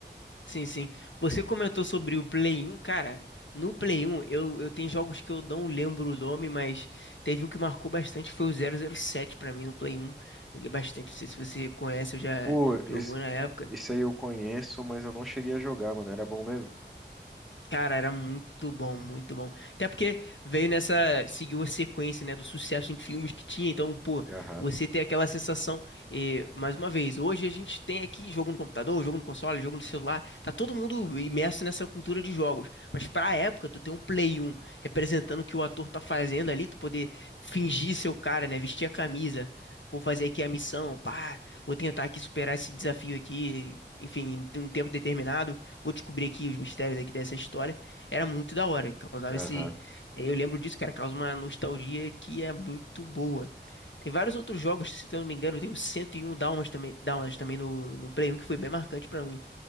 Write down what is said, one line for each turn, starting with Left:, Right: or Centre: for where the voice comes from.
Left: Sim, sim. Você comentou sobre o Play um cara. No Play um eu, eu tenho jogos que eu não lembro o nome, mas teve um que marcou bastante, foi o zero zero sete pra mim no Play um Joguei bastante, não sei se você conhece eu já
Centre: Pô,
Left: jogou
Centre: esse,
Left: na época.
Centre: esse aí eu conheço, mas eu não cheguei a jogar, mano. Era bom mesmo?
Left: Cara, era muito bom, muito bom. Até porque veio nessa, seguiu a sequência, né, do sucesso em filmes que tinha. Então, pô,
Centre: Aham,
Left: você tem aquela sensação. E, mais uma vez, hoje a gente tem aqui jogo no computador, jogo no console, jogo no celular. Tá todo mundo imerso nessa cultura de jogos. Mas pra época, tu ter um Play um representando o que o ator tá fazendo ali, tu poder fingir ser o cara, né, vestir a camisa. Vou fazer aqui a missão, pá, vou tentar aqui superar esse desafio aqui, enfim, em um tempo determinado vou descobrir aqui os mistérios aqui dessa história. Era muito da hora, causava
Centre: aham.
Left: esse. e aí Eu lembro disso, cara, causa uma nostalgia que é muito boa. Tem vários outros jogos, se eu não me engano, tem o 101 Dálmatas também, Dálmatas também no, no Play 1, que foi bem marcante pra mim.